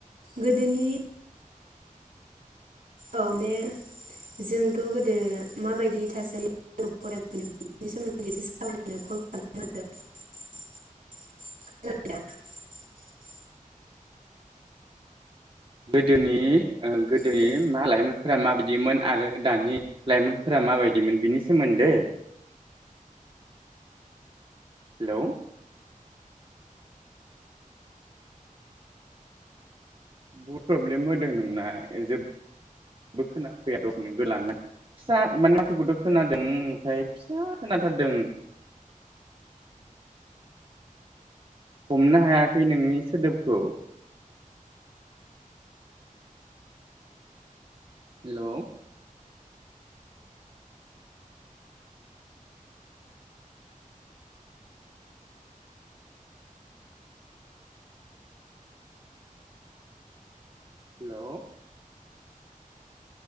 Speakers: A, on the right; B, on the right.
A: गोदोनि औ माने बे जोंथ' गोदो माबायदि थासारि फरायफैनो बेफोरनि सोमोन्दै एसे सावरायनो लादों आरो <unintelligible>
B: गोदोनि ओ गोदोनि
A: है
B: मालाय फोरा माबायदिमोन आरो दानि लाइमोनफोरा माबायदिमोन बिनि सोमोनदै हेलौ बहुद प्रब्लेम होदों नोंना जेबो खोनाफैया दसेनो <unintelligible> फिसा माने माथोखौथ' खोनादों ओमफ्राय फिसा खोनाथारदों। हमनो हायाखै नोंनि सोदोबखौ हेलौ हेलौ